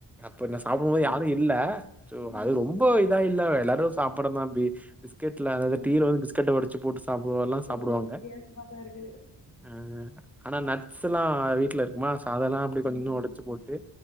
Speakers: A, in the centre; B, on the left.
A: அப்ப நா சாப்டும்போது
B: அதா.
A: யாரும் இல்ல சோ
B: ம்.
A: அது ரொம்ப இதாயி இல்ல எல்லாரு சாப்டறதுதா பி பிஸ்கெட்ல அதாவது
B: அதா
A: டீயில
B: அதா.
A: வந்து பிஸ்கெட்ட ஒடச்சு போட்டு சாப்பிடுவ எல்லா சாப்டுவாங்க
B: இல்ல இல்ல வித்தியாசமா தா இருக்குது.
A: ஆ ஆனா நட் ட்ஸ்லா வீட்ல இருக்குமா அதெல்லா அப்டி கொஞ்ச
B: ம்.
A: ஒடைச்சு போட்டு